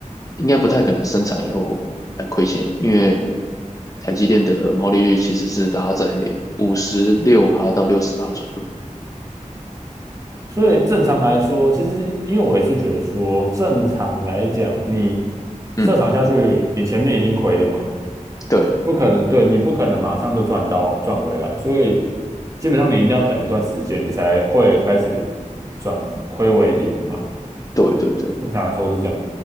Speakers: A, on the left (about 25°); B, on the right (about 25°).
A: 应该不太可能生产以后还亏钱，因为台积电的毛利率其实是拉在五十六趴到六十趴左右。
B: 所以正常来说，其实因为我也是觉得说，正常来讲，你
A: 嗯，
B: 设厂下去，你前面一定亏的嘛，
A: 对，
B: 不可能，对，你不可能马上就赚到赚回来，所以基本上你一定要等一段时间，你才会开始转亏为盈嘛。
A: 对对对
B: 正常来说是这样，